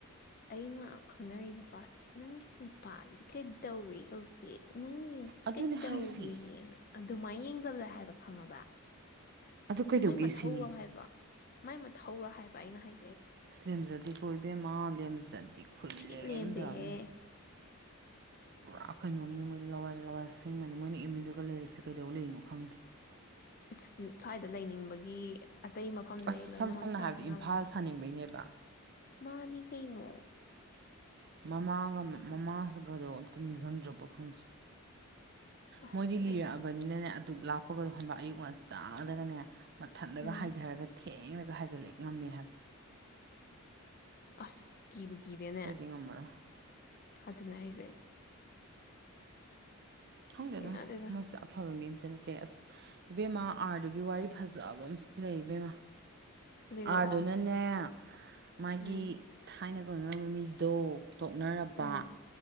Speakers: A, on the left; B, on the right.
A: ꯑꯩꯅ ꯈꯪꯅꯔꯤꯛ ꯅꯨꯄꯥꯁꯤ ꯅꯪꯒꯤ ꯅꯨꯄꯥꯗꯤ ꯀꯩ ꯇꯧꯔꯤ ꯍꯧꯖꯤꯛ ꯅꯪ
B: ꯑꯗꯨꯅꯦ
A: ꯀꯦ ꯇꯕꯅ
B: ꯍꯥꯏꯁꯤ
A: ꯑꯗꯨꯃꯥꯏꯅ ꯌꯦꯡꯁꯤꯜꯂ ꯍꯥꯏꯕ ꯈꯪꯉꯕ
B: ꯑꯗꯨ ꯀꯩꯗꯧꯒꯦ
A: ꯃꯣꯏ ꯃꯊꯧꯧꯔꯣ
B: ꯁꯤꯅꯤ
A: ꯍꯥꯏꯕ ꯃꯥꯏ ꯃ ꯊꯧꯔꯥ ꯍꯥꯏꯕ ꯑꯩꯅ ꯍꯥꯏ
B: ꯑ ꯂꯦꯝꯖꯗꯗꯤ ꯀꯣꯏꯕꯦꯝꯃ ꯂꯦꯝꯖꯗꯗꯤ ꯈꯨꯏ
A: ꯊꯤ
B: ꯂꯦꯝꯗꯕꯅꯤ
A: ꯂꯦꯝꯗꯦꯍꯦ
B: ꯄꯨꯔꯥ ꯀꯩꯅꯣꯝꯅꯤ ꯃꯣꯏ ꯂꯋꯥꯏꯔ ꯂꯋꯥꯏꯔ ꯁꯦꯡꯕꯅꯤ ꯃꯣꯏꯅ ꯏꯃꯤꯗꯨꯒ ꯂꯩꯔꯁꯤꯦ ꯀꯩꯗꯧ ꯂꯩꯔꯤꯅꯣ ꯈꯪꯗꯦ
A: <unintelligible> ꯁ꯭ꯋꯥꯏꯗ ꯂꯩꯅꯤꯡꯕꯒꯤ ꯑꯇꯩ ꯃꯐꯝꯗꯗꯤ
B: ꯑꯁ
A: ꯂꯣꯏꯅꯃꯛꯅꯉꯕꯅꯤꯅ
B: ꯁꯝ ꯁꯝꯅ ꯍꯥꯏꯔꯕꯗ ꯏꯝꯐꯥꯜ ꯁꯥꯅꯤꯡꯕꯩꯅꯦꯕ
A: ꯃꯥꯅꯤ ꯀꯩꯅꯣ
B: ꯃꯃꯥꯒ ꯃꯃꯥꯁꯤꯒꯗꯣ ꯑꯝꯇ ꯅꯤꯡꯁꯤꯡꯗ꯭ꯔꯕ ꯈꯪꯗ꯭ꯔꯦ
A: ꯑꯁ
B: ꯃꯣꯏꯗꯤ ꯂꯤꯔꯛꯑꯕꯅꯤꯅꯅꯦ
A: ꯑꯩ
B: ꯛ ꯂꯥꯛꯄꯒꯗꯣ ꯍꯟꯕ ꯑꯌꯨꯛ ꯉꯟꯇꯥꯗꯒꯅꯦ ꯃꯊꯟꯗꯒ
A: ꯎꯝ
B: ꯍꯥꯏꯊꯔꯒ ꯊ ꯊꯦꯡꯅꯒ ꯍꯥꯏꯒꯠꯂꯛꯦ ꯉꯝꯃꯦ ꯍꯥꯏꯕꯅ
A: ꯑꯁ ꯀꯤꯕꯨ ꯀꯤꯗꯦꯅꯦ
B: ꯑꯩꯈꯣꯏꯗꯤ ꯉꯝꯃꯔꯣꯏ
A: ꯑꯗꯨꯅ ꯑꯩꯁꯦ
B: ꯍꯥꯏꯗꯦꯗꯥ
A: ꯊꯦꯡꯅꯗꯦꯗ
B: ꯃꯣꯏꯁꯦ ꯑꯐꯕ ꯃꯤ ꯑꯗꯨ ꯅꯠꯇꯦ ꯑꯁ ꯏꯕꯦꯝꯃ ꯑꯥꯔꯗꯨꯒꯤ ꯋꯥꯔꯤ ꯐꯖꯕ ꯑꯨ ꯂꯩ ꯏꯕꯦꯝꯃ
A: ꯂꯤꯔꯛꯑꯣ
B: ꯑꯥꯔꯗꯨ ꯑꯗꯨꯅꯅꯦ ꯃꯥꯒꯤ
A: ꯎꯝ
B: ꯊꯥꯏꯅ ꯀꯧꯅꯔꯝꯕ ꯃꯤꯗꯣ ꯇꯣꯛꯅꯔꯕ
A: ꯎꯝ